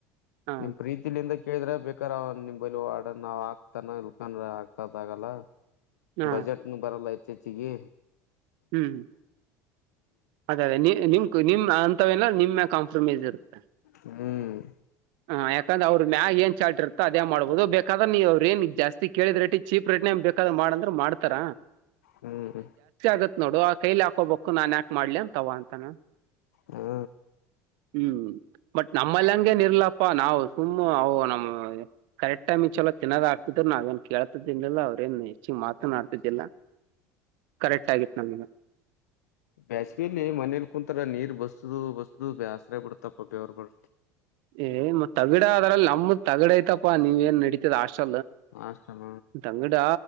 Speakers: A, on the right (about 65°); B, on the left (about 80°).
A: ಹ
B: ನಿಮ್ಮ್ ಪ್ರೀತಿಯಿಂದ ಕೇಳಿದ್ರಾ ಬೇಕಾರ ಅವ ನಿಮ್ ಬಲಿ ವಾರ್ಡ್ನಾ ಅವಾ ಹಾಕ್ತನಾ ಇಲ್ಲ <unintelligible> ಆಕದ ಆಗಲ್ಲ.
A: ಹ
B: ಬಜೆಟ್ನು ಬರಲ್ಲ ಹೆಚ್ಚ್ ಹೆಚ್ಚಿಗಿ
A: ಹ್ಮ್ ಅದೇ ಅದೇ ನೀ ನಿಮ್. ನಿಮ್ ಅಂತವೆಲ್ಲ ನಿಮ್ಮ್ ಕಾಂಪ್ರಮೈಸ್ ಇರುತ್ತೆ.
B: ಹ್ಮ್
A: ಹ ಯಾಕಂದ್ರ ಅವ್ರ ಮ್ಯಾಗ ಏ ಚಾಟ್ ಇರತ್ತ ಅದೇ ಮಾಡಬಹದು ಬೇಕಾದ್ರ ನೀ ಅವ್ರ ಏನ್ ಜಾಸ್ತಿ ಕೇಳಿದ್ರರಟ್ಟ ಚೀಪ್ ರೆಟ್ನೆ ಬೇಕಾದ್ರ ಮಾಡಅಂದ್ರೆ ಮಾಡ್ತಾರ.
B: ಹ್ಮ
A: ಇಗತ್ ನೋಡು ಆ ಕೈಲಿ ಹಾಕೋಬೇಕು ನಾನ್ ಯಾಕ್ ಮಾಡ್ಲಿ ಅಂತ ಅವ ಅಂತಾನ.
B: ಹಾ
A: ಹ್ಮ್ ಬಟ್ ನಮ್ಮಲ್ ಅಂಗೇ ಇರ್ಲಪ್ಪಾ ನಾವು ಸುಮ್ ಅವು ನಮ್ಮ್ ಕರೆಕ್ಟ್ ಟೈಮ್ ಚಲೋ. ತಿನ್ನೋದ ಆಗ್ತಿದ್ರು ನಾವೇಏನ್ ಕೇಳ್ತಿದ್ದನ್ಲಿಲ್ಲ ಅವ್ರೇನ್ ಹೆಚ್ಚಿಗೆ ಮಾತನಾಡ್ತಿದ್ದಿಲ್ಲ. ಕರೆಕ್ಟ್ ಆಗಿತ್ ನಮ್ಗ
B: ಬೇಸಿಗೆಯಲ್ಲಿ ಮನೇಲಿ ಕುಂತರ ನೀರ್ ಬಸ್ ಬ ಬಸ್ದು ಬ್ಯಾಸ್ರ ಬಿಡತಪ್ಪ ಬೆವ್ರ
A: ಏ ಮತಗಡ ಅದ್ರಲ್ ನಮ್ಮುದ್ ತಗಡ ಐತಪ್ಪ ನೀವ ಏನ್ ನಡಿತತದ ಅಷ್ಟ್
B: ಅಷ್ಟಣ
A: ತಗಡ